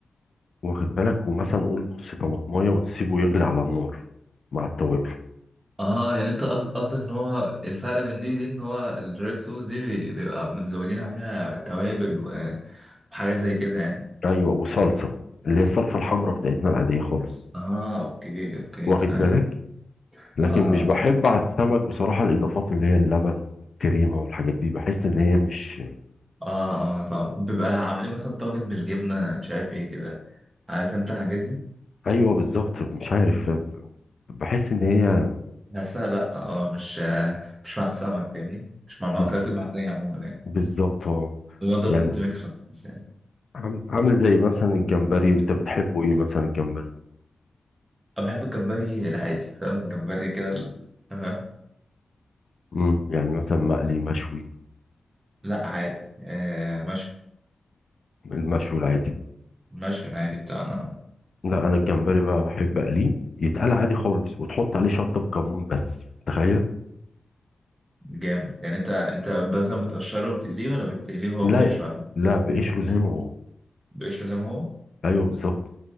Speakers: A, on the left; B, on the right.
A: واخد بالك ومثلا قول نص طماطمايه وتسيبه يغلي على النار مع التوابل
B: اه يعني انت قصد- قصدك ان هو الفرق بين دي ودي ان هو الريد صوص دي بي- بيبقى مزودين عليها توابل و- وحاجات زي كده يعني
A: ايوه وصلصه اللي هي الصلصه الحمراء بتاعتنا العاديه خالص
B: اه اوكي اوكي
A: واخد
B: تمام
A: بالك لكن
B: اه
A: مش بحب على السمك بصراحه الاضافات اللي هي اللبن والكريمه والحاجات دي بحس ان هي مش
B: اه اه فاهم بيبقى عاملين مثلا طاجن بالجبنة مش عارف ايه كده عارف انت الحاجات دي
A: ايوه بالظبط مش عارف ب- بحس ان هي
B: بس لا لا، اه مش آه، مش مع السمك فاهمني مش مع المأكولات
A: بز-
B: البحرية عموما يعني
A: بالظبط اه
B: هو ده
A: يعني
B: انت ميكس اب بس يعني
A: عم- عامل زي مثلا الجمبري انت بتحبه ايه مثلا الجمبري
B: انا بحب الجمبري العادي فاهم الجمبري كده ال- فاهم
A: امم يعني مثلا مقلي مشوي
B: لا عادي آه ماشي
A: المشوي العادي
B: المشوي العادي بتاعنا
A: لا انا الجمبري بقى بحب اقليه يتقلى عادي خالص وتحط عليه شطه بكمون بس تخيل
B: جامد يعني انت انت مثلا بتقشره بتقليه ولا بتقليه هو
A: لا
B: بقشره
A: لا بقشره زي ما هو
B: بقشره زي ما هو
A: ايوه بالظبط